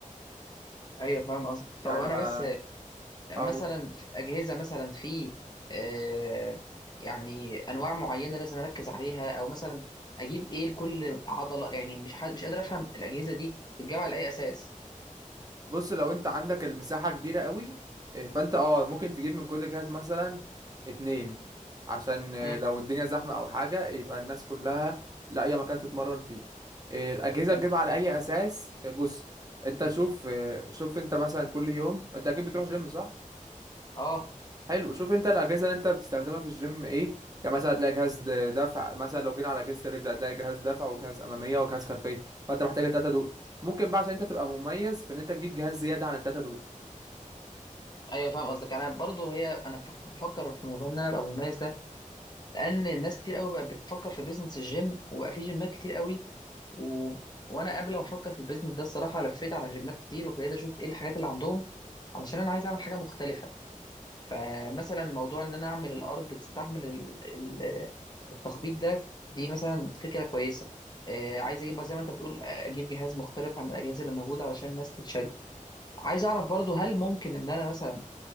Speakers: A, on the left; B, on the right.
A: ايوه فاهم قصدك
B: يعني
A: طب انا
B: ما
A: بس مثلا
B: أو
A: في الاجهزه مثلا في آه يعني انواع معينه لازم اركز عليها او مثلا اجيب ايه لكل عضله يعني مش حد مش قادر افهم الاجهزه دي بتتجمع على اي اساس
B: بص لو أنت عندك المساحة كبيرة قوي آه، فأنت أه ممكن تجيب من كل جهاز مثلا اتنين عشان آه،
A: امم
B: لو الدنيا زحمة أو حاجة يبقى الناس كلها لاقية مكان تتمرن فيه آه، الأجهزة
A: تمام
B: تجيبها على أي أساس آه، بص أنت شوف آه، شوف أنت مثلا كل يوم أنت أكيد بتروح جيم صح؟
A: اه
B: حلو شوف انت الاجهزه اللي انت بتستخدمها في الجيم ايه يعني مثلا هتلاقي جهاز د- دفع مثلا لو جينا على اجهزه الرجل هتلاقي جهاز دفع وجهاز اماميه وجهاز خلفيه فانت محتاج التلاته دول ممكن بقى عشان انت تبقى مميز في ان انت تجيب جهاز زياده عن التلاته دول
A: ايوه فاهم قصدك انا برضو هي انا فك- بفكر في موضوع ان انا ابقى مميز ده لان ناس كتير قوي بقت بتفكر في بيزنس الجيم وبقى في جيمات كتير قوي و... وانا قبل ما افكر في البيزنس ده الصراحه لفيت على جيمات كتير وابتديت اشوف ايه الحاجات اللي عندهم علشان انا عايز اعمل حاجه مختلفه فمثلا موضوع ان انا اعمل الارض تستحمل ال- ال- التخبيط ده دي مثلا فكره كويسه آه، عايز اجيب بقى زي ما انت بتقول آه، اجيب جهاز مختلف عن الاجهزه اللي موجوده علشان الناس تتشد عايز اعرف برضو هل ممكن ان انا مثلا